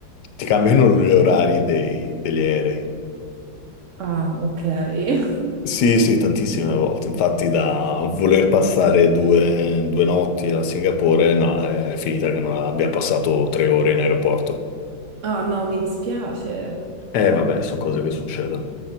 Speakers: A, on the left; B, on the right.
A: ti cambiano gli orari dei- degli aerei.
B: Ah, ok. <laughs>
A: Sì, sì, tantissime volte. Infatti, da voler passare due, due notti a Singapore, no, è finita che non abbia passato tre ore in aeroporto.
B: Ah, no, mi dispiace.
A: Eh, vabbè, sono cose che succedono.